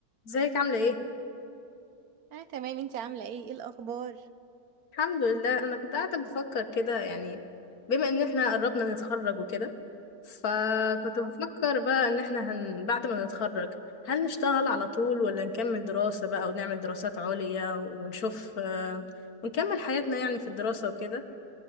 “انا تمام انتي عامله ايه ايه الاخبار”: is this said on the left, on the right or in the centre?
Right